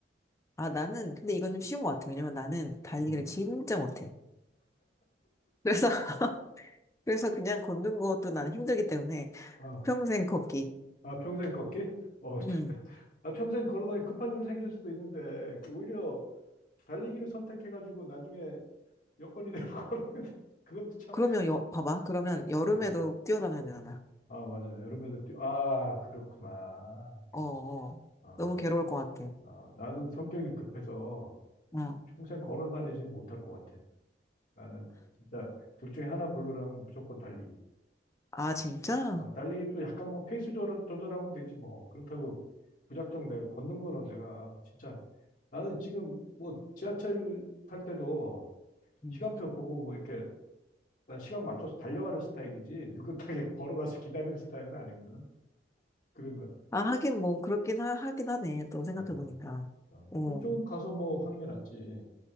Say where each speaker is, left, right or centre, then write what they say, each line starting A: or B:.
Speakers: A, on the left; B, on the left.
A: 아, 나는, 근데 이건 좀 쉬운 것 같아. 왜냐면 나는 달리기를
B: 음.
A: 진짜 못해. 그래서, <laughs> 그래서 그냥 걷는 것도 나는 힘들기 때문에
B: 아,
A: 평생 걷기.
B: 아, 평생 걷기? 어, <laughs>
A: 음.
B: 아, 평생 걸어 다니 급한 일 생길 수도 있는데, 그 오히려, 달리기를 선택해가지고 나중에 여건이 되면 걸 <laughs> 그것도 참.
A: 그러면, 여, 봐봐. 그러면 여름에도
B: 아,
A: 뛰어다녀야 되잖아.
B: 아 맞아. 여름에도 뛰. 아, 그렇구나. 그,
A: 어, 어.
B: 아,
A: 너무 괴로울 것 같아.
B: 아, 나는 성격이 급해서
A: 어.
B: 평생 걸어 다니지는 못할 것 같아. 나는 진짜 둘 중에 하나 고르라면 무조건 달리기.
A: 아, 진짜?
B: 아, 달리기도 약간 뭐 페이스 조절, 조절하면 되지 뭐. 그렇다고 무작정 내가 걷는 거는 내가 진짜 나는 지금 뭐 지하철 탈 때도
A: 음.
B: 시간표 보고 뭐 이렇게 난 시간 맞춰서 달려가는 스타일이지 느긋하게 <laughs> 걸어가서 기다리는 스타일은 아니거든. 그런 것
A: 아, 하긴 뭐, 그렇긴 하, 하긴 하네. 또 생각해보니까.
B: 같아. 어, 어.
A: 오,
B: 그쪽은 가서 뭐 하는 게 낫지.